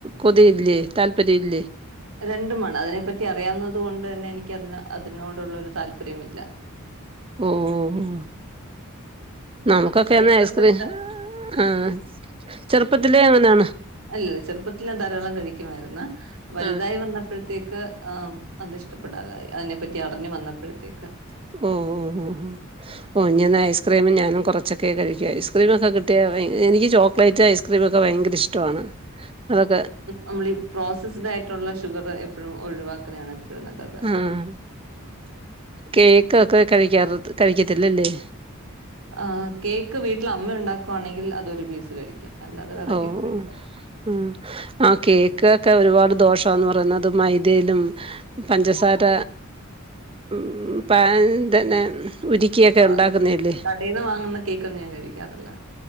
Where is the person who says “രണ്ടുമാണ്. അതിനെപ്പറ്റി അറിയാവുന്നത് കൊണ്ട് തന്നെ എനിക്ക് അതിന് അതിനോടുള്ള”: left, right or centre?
Right